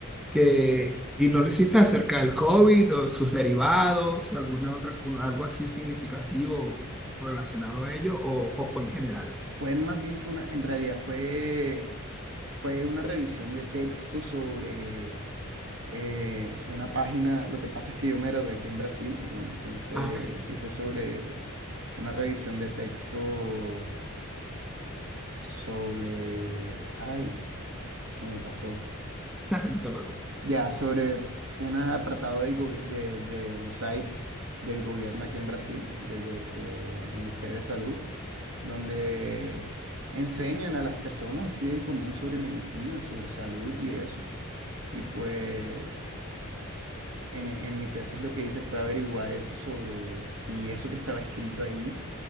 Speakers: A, in the centre; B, on the right.
A: que, y no lo hiciste acerca del COVID o sus derivados, alguna otra, algo así significativo relacionado a ello, o, o fue en general.
B: Fue en más bien, fue una, en realidad fue, fue una revisión de texto sobre eh, una página, lo que pasa es que yo me gradué aquí en Brasil, ¿no? Entonces
A: Ah, ok.
B: hice sobre una revisión de texto sobre, ay, se me pasó.
A: <laughs> No te preocupes.
B: Ya, sobre un apartado del gobi- de, de un site del gobierno aquí en Brasil, del, go- del Ministerio de Salud, donde enseñan a las personas así del común sobre medicina, sobre salud y eso. Y pues en, e, en mi tesis lo que hice fue averiguar eso sobre si eso que estaba escrito ahí,